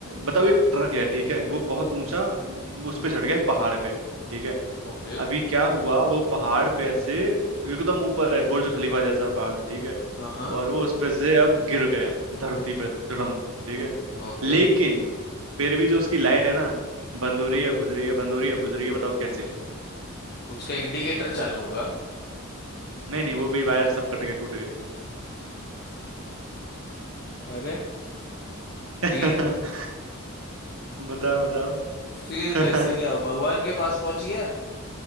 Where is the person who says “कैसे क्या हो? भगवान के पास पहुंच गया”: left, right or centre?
Left